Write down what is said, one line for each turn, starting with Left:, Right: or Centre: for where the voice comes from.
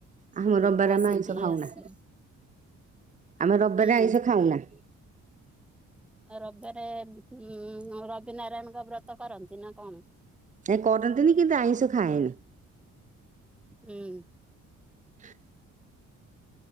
Right: ଆମ
Centre: ଯୋଉ
Right: ରବିବାର
Centre: ବସେଇକି
Right: ଆମେ ଆଇଁଷ
Centre: ଏଇ
Right: ଖାଉନା
Centre: ଆସିଲି।
Right: ଆମେ ରବିବାରେ
Centre: ହୁଁ।
Right: ଆଇଁଷ ଖାଉନା।
Centre: ରବିବାରେ ଉଁ ରବିନାରାୟଣଙ୍କ ବ୍ରତ କରନ୍ତି ନା କଣ?
Right: ଏ କରନ୍ତିନି କିନ୍ତୁ ଆଇଁଷ ଖାଏନି।
Centre: ହୁଁ।
Right: ହ <inaudible>